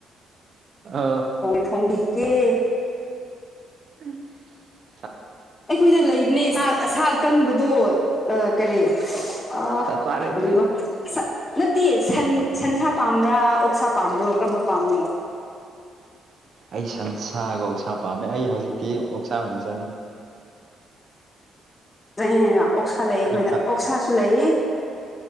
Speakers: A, on the right (about 55°); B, on the left (about 35°).
A: ꯑ
B: ꯊꯣꯡꯕꯤꯛꯒꯦ
A: ꯑ
B: ꯑꯩꯈꯣꯏꯗ ꯂꯩꯕꯅꯦ ꯑꯁꯥ ꯀꯪꯕꯗꯣ ꯀꯔꯤ ꯑ
A: ꯆꯞ ꯆꯥꯔꯦ ꯑꯗꯨꯗꯤ
B: ꯀꯔꯤꯕ ꯅꯠꯇꯦ ꯁꯟ ꯁꯟꯁꯥ ꯄꯥꯝꯕ꯭ꯔꯥ ꯑꯣꯛꯁꯥ ꯄꯥꯝꯕ꯭ꯔꯣ ꯀꯔꯝꯕ ꯄꯥꯝꯒ
A: ꯑꯩ ꯁꯟꯁꯥꯒ ꯑꯣꯛꯁꯥ ꯄꯥꯝꯃꯦ ꯑꯩ ꯍꯧꯖꯤꯛꯇꯤ ꯑꯣꯛꯁꯥꯕꯅꯤ ꯆꯠꯅꯤꯡꯉꯤ
B: ꯆ ꯍꯥꯏꯅ ꯑꯣꯛꯁꯥ ꯂꯩ ꯑꯩꯈꯣꯏꯗ
A: ꯑꯩ ꯆꯥꯛ
B: ꯑꯣꯛꯁꯥꯁꯨ ꯂꯩ